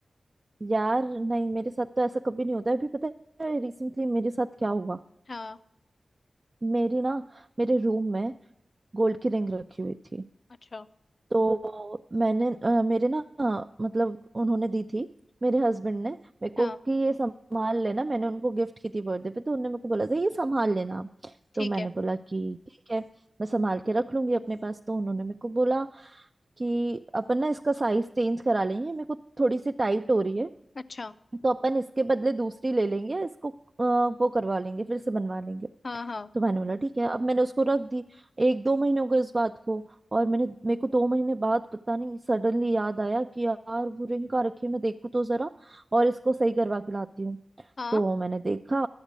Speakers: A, on the right; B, on the left.
A: यार नहीं मेरे साथ तो ऐसा कभी नहीं होता है अभी पता है रिसेंटली मेरे साथ क्या हुआ
B: हाँ
A: मेरी ना मेरे रूम में गोल्ड की रिंग रखी हुई थी
B: अच्छा
A: तो मैंने अ, मेरे ना अ, मतलब उन्होंने दी थी मेरे हस्बैंड ने मेरे
B: हाँ
A: को कि ये संभाल लेना मैंने उनको गिफ्ट की थी बर्थडे पे तो उन्होंने मेरे को बोला था ये संभाल लेना आप।
B: ठीक
A: तो मैंने
B: है
A: बोला कि ठीक है मैं संभाल के रख लूंगी अपने पास तो उन्होंने मेरे को बोला कि अपन ना इसका साइज चेंज करा लेंगे मेरे को थोड़ी सी टाइट हो रही है
B: अच्छा
A: तो अपन इसके बदले दूसरी ले लेंगे इसको अ, वो करवा लेंगे फिर से बनवा लेंगे
B: हाँ हाँ
A: तो मैंने बोला ठीक है अब मैंने उसको रख दी एक दो महीने हो गए उस बात को और मैंने मेरे को दो महीने बाद पता नहीं सडनली याद आया कि यार वो रिंग कहाँ रखी है मैं देखूँ तो जरा और इसको सही करवा के लाती हूँ
B: हाँ
A: तो मैंने देखा